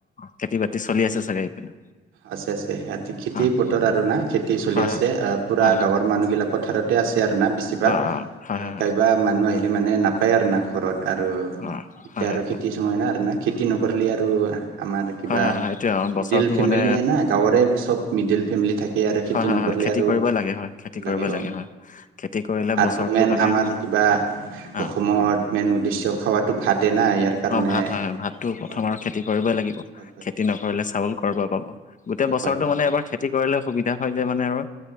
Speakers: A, on the left (about 40°); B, on the right (about 85°).
A: খেতি বাতি চলি আছে চাগে? এইপিনে
B: আছে আছে সিহঁতি খেতি
A: হয়
B: বতৰ আৰু না খেতি চলি
A: হয়
B: আছে
A: হয়
B: পুৰা
A: হয় হয়
B: গাঁবৰ মানুহগিলাক পথাৰতে আছে আৰু না বেছিভাগ
A: অ অ হয় হয়
B: কাইবা মানুহ আহ হিলে মানে নাপায় আৰু না ঘৰত আৰু
A: হয়
B: এতিয়া
A: হয় হয়
B: আৰু
A: হয়
B: খেতি চময় না আৰু না খেতি নকৰিলে আৰু আমাৰ কিবা
A: হয় হয় হয় এইটোৱে আৰু
B: মিডিল
A: বছৰটো মানে
B: ফে গাঁৱৰে চব মিডিল ফেমিলি থাকে থাকে আৰু খেতি
A: হয় হয়
B: নকৰিলে
A: হয় খেতি
B: আৰু
A: কৰিবই লাগে হয় খেতি কৰিবই
B: লাগে অ
A: হয় খেতি কৰিলে
B: আৰু
A: বছৰটোৰ
B: মেইন
A: কাৰণে
B: আমাৰ কি বা
A: অ
B: অসমত মেইন উদ্দেশ্য খোৱাটো ভাতেই না ইয়াৰ। কাৰণে
A: অ ভাত হয় হয় ভাতটো প্ৰথম
B: হয়
A: আৰু খেতি কৰিবই লাগিব
B: হয় হয়
A: খেতি নকৰিলে চাউল কৰবা পাব। গোটেই
B: হয়
A: বছৰৰতটো
B: হয়
A: মানে এবাৰ খে খেতি কৰিলে সুবিধা হয় যে মানে আৰু